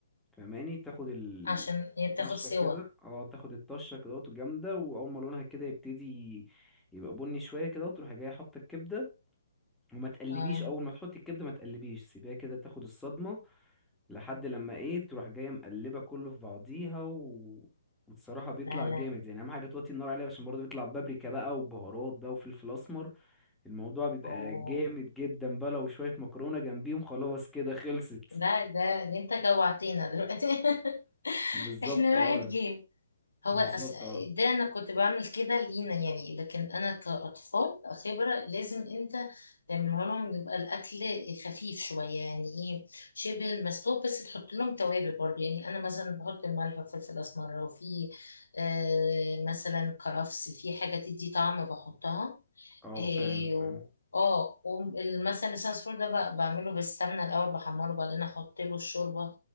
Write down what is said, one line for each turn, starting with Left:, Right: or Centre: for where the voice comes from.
Centre: فاهماني تاخد ال-
Left: عشان هي بتاخد
Centre: الطشه
Left: سوا
Centre: كده اه تاخد الطشه كده الجامده واول ما لونها كده يبتدي يبقى بني شويه كده تروح جايه حاطه الكبده وما تقلبيش
Left: اه
Centre: اول ما تحطي الكبده ما تقلبيش سيبيها كده تاخد الصدمه لحد لما ايه تروح جايه مقلبه كله في بعضيها و... وبصراحه بيطلع
Left: لا لا
Centre: جامد يعني اهم حاجه توطي النار عليها عشان برضه بيطلع بابريكا بقى وبهارات بقى وفلفل اسمر الموضوع بيبقى
Left: اوه
Centre: جامد جدا بقى لو شوية مكرونة جنبيهم خلاص كده خلصت
Left: لا ده ده انت جوعتينا دلوقتي <laughs>
Centre: بالظبط
Left: احنا
Centre: اه
Left: راحت جيم هو
Centre: بالظبط
Left: أس...
Centre: اه
Left: ده انا كنت بعمل كده لينا يعني لكن انا كاطفال خبره لازم انت تعمله لهم يبقى الاكل خفيف شويه يعني ايه شبه المسلوق بس تحط لهم توابل برضه يعني انا مثلا بحط الملح والفلفل الاسمر وفي آه مثلا كرفس في حاجه تدي طعم بحطها
Centre: اه
Left: إيه
Centre: فاهم فاهم
Left: و- اه ومثلا لسان العصفور ده بق- بعمله بالسمنة الأول بحمره وبعدين أحط له الشوربة